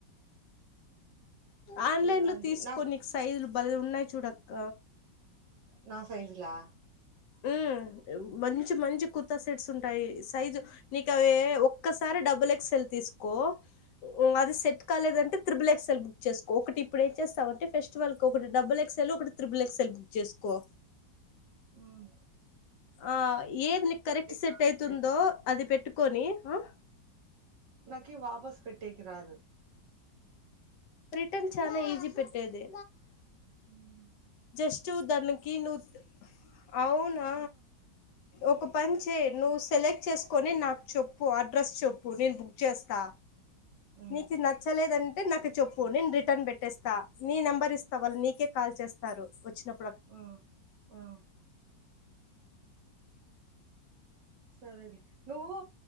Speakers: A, on the left (about 70°); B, on the right (about 70°).
A: ఆన్లైన్లో
B: ఏదో అండి
A: తీసుకోనీకి
B: నా
A: సైజ్లు బల్ ఉన్నాయ్ చూడక్క.
B: నా సైజులా?
A: ఉమ్ మంచి మంచి కుర్తా సెట్స్ ఉంట్ టయి సైజు నీకు అవే ఒక్కసారి డబుల్ ఎక్స్ ఎల్ తీసుకో మ్ అది సెట్ కాలేదంటే త్రిబుల్ ఎక్సెల్బుక్ చేస్కో ఒకటి ఇప్పుడు ఏం చేస్తావంటేె ఫెస్టివల్ కు ఒక డబుల్ ఎక్స్ ఎల్ ఒకటి త్రిబుల్ ఎక్ సెల్బుక్ చేస్కో
B: ఉమ్
A: ఆ ఏది నీకు కరెక్ట్ సెట్
B: రాదే
A: అయితుందో అది పెట్టుకొని ఆ
B: నాకిీ ఈ వాపస్ పెట్టేకిరాదు.
A: రిటన్ చాలా ఈజీ పెట్టేది.
B: ఉమ్
A: జస్టు దానకి నువ్ అవునా ఒక పని చేయ్ నువ్వు సెలెక్ట్ చేసుకొని నాక్ చెప్పు అడ్రస్ చెప్పు నేను బుక్ చేస్తా
B: ఉమ్
A: నీకు నచ్చలేదం అంటే నాకు చెప్పు నేను రిటర్న్ పెట్టేస్తా నీ నెంబర్ ఇస్తా వాళ్ నీకే కాల్ చేస్తారు వచ్చినప్
B: ఉమ్ ఉమ్ సరేలే నువ్వు